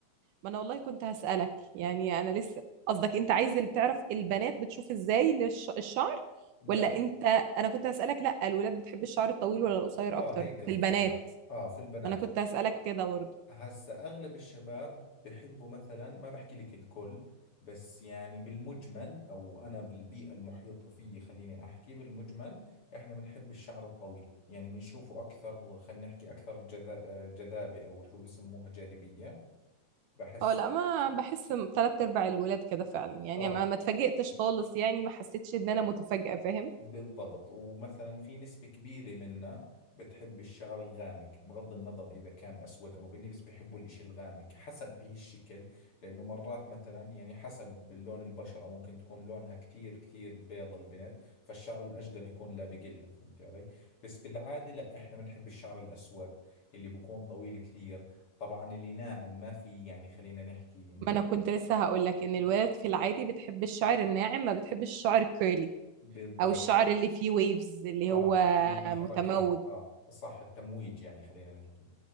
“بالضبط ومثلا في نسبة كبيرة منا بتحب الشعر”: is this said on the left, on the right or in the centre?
Left